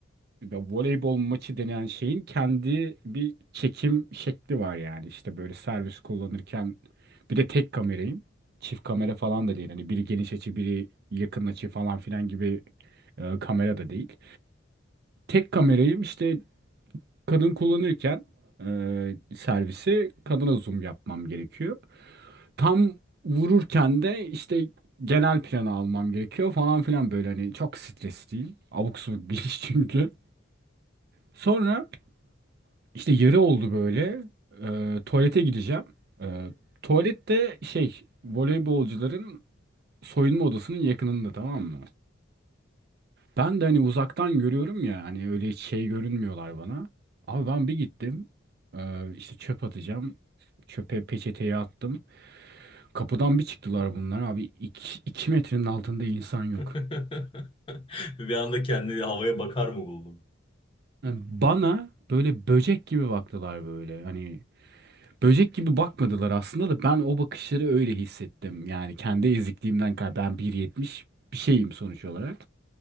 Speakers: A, on the right (about 55°); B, on the left (about 25°).
A: ya voleybol maçı denen şeyin kendi bir çekim şekli var yani. İşte böyle servis kullanırken bir de tek kamerayım. Çift kamera falan da değil. Hani biri geniş açı, biri yakın açı falan filan gibi e, kamera da değil. Tek kamerayı işte kadın kullanırken e, servisi kadına zoom yapmam gerekiyor. Tam vururken de işte genel planı almam gerekiyor falan filan böyle hani çok stresliyim. Abuk subuk bir iş çünkü. Sonra işte yarı oldu böyle. E, tuvalete gideceğim. E, tuvalette şey voleybolcuların soyunma odasının yakınında tamam mı? Ben de hani uzaktan görüyorum ya hani öyle hiç şey görünmüyorlar bana. Abi ben bir gittim e, işte çöp atacağım. Çöpe peçeteyi attım. Kapıdan bir çıktılar bunlar abi. iki iki metrenin altında insan yok.
B: <laughs> Bir anda kendini havaya bakar mı buldum?
A: Yani bana böyle böcek gibi baktılar böyle. Hani böcek gibi bakmadılar aslında da ben o bakışları öyle hissettim. Yani kendi ezikliğimden kaynaklı. Ben 1.70 bir şeyim sonuç olarak.